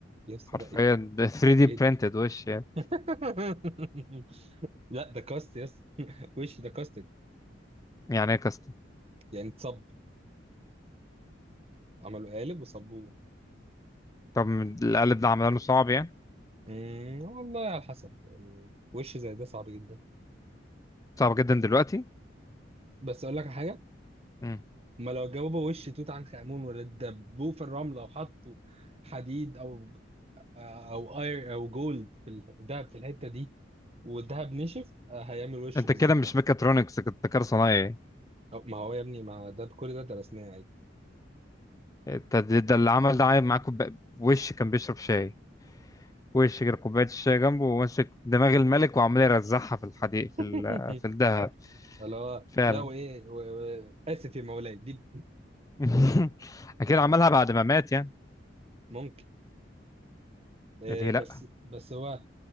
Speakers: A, on the right; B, on the left.
A: يا اسطى
B: حرفيا
A: ده ايه ده
B: ده 3D
A: ايه
B: printed
A: ده
B: وش يعني
A: <laughs> لا ده كاست يس <laughs> وش ده كاستد
B: يعني ايه كاستم
A: يعني اتصب عملوا قالب وصبوه
B: طب القالب ده عملانه صعب يعني
A: مم، والله على حسب يعني وش زي ده صعب جدا
B: صعب جدا دلوقتي
A: بس اقول لك على حاجه
B: مم.
A: ما لو جاوبوا وش توت عنخ آمون ولا دبوه في الرملة وحطوا حديد أو أو اير أو جولد في الدهب في الحتة دي والدهب نشف آه، هيعمل وشه
B: انت
A: بالظبط
B: كده مش
A: عادي
B: ميكاترونكس كنت كده صنايعي
A: أو ما هو يا ابني ما ده كل ده درسناه عادي
B: انت ده ده اللي عمل ده عامل معاكم ب- وش كان بيشرب شاي وش كده كوباية الشاي جنبه وماسك دماغ الملك وعمال يرزعها في الحديد
A: <laughs>
B: في ال... في الدهب
A: اللي هو
B: فعلا
A: لا وإيه و- و- آسف يا مولاي دي
B: <laughs> أكيد عملها بعد ما مات يعني
A: ممكن آه،
B: ليه
A: بس
B: لأ
A: بس هو